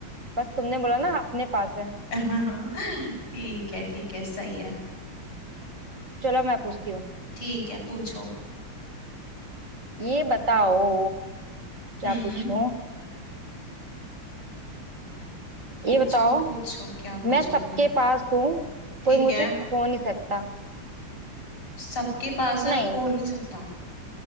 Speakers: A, on the right (about 40°); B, on the left (about 85°).
A: बस तुमने बोला ना अपने पास है
B: <laughs> ठीक है ठीक है सही है
A: चलो मैं पूछती हूँ
B: ठीक है पूछो
A: ये बताओ क्या
B: हम्म
A: पूछूं
B: पूछो
A: ये बताओ
B: पूछो क्या पूछोगे
A: मैं सबके पास हूँ
B: ठीक
A: कोई मुझे
B: है
A: खो नहीं सकता
B: सबके पास और
A: नहीं
B: खो नहीं सकता